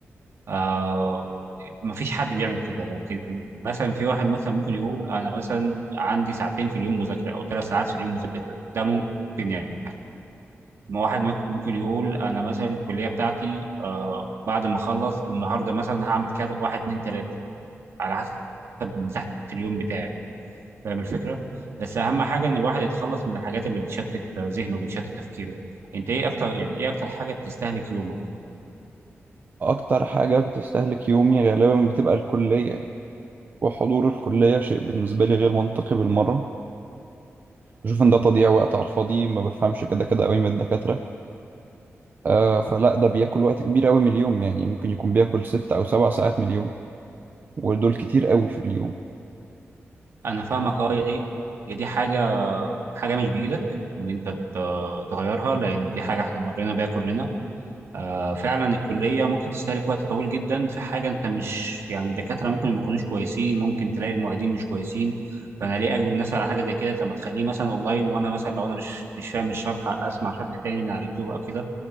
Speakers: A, on the right; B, on the right.
A: آه مفيش حد بيعمل كده لكن مثلا في واحد مثلا ممكن يقول أنا مثلا عندي ساعتين في اليوم مذاكرة أو ثلاث ساعات في اليوم مذاكرة ده ممكن يعني ما واحد مك- ممكن يقول أنا مثلا الكلية بتاعتي آه بعد ما أخلص النهاردة مثلا هعمل كذا واحد اتنين تلاتة على حسب مساحه اليوم بتاعي فاهم الفكره بس اهم حاجه ان الواحد يتخلص من الحاجات اللي بتشتت ذهنه وبتشتت تفكيره انت ايه اكتر يعني ايه اكتر حاجه بتستهلك يومك
B: أكتر حاجة بتستهلك يومي غالبا بتبقى الكلية وحضور الكلية شيء بالنسبة لي غير منطقي بالمرة بشوف إن ده تضييع وقت على الفاضي ما بفهمش كده كده قوي من الدكاترة آه فلا ده بياكل وقت كبير قوي من اليوم يعني ممكن يكون بياكل ست أو سبع ساعات من اليوم ودول كتير قوي في اليوم
A: انا فاهمك اه يا دي يا دي حاجه حاجه مش بايدك ان انت ت- تغيرها لان دي حاجه احنا مرينا بيها كلنا آه، فعلا الكلية ممكن تستهلك وقت طويل جدا في حاجة أنت مش يعني الدكاترة ممكن ما يكونوش كويسين ممكن تلاقي المعيدين مش كويسين فأنا ليه أجبر الناس على حاجة زي كده طب ما تخليه مثلا أونلاين وأنا مثلا لو أنا مش مش فاهم الشرح أسمع شرح تاني من على اليوتيوب أو كده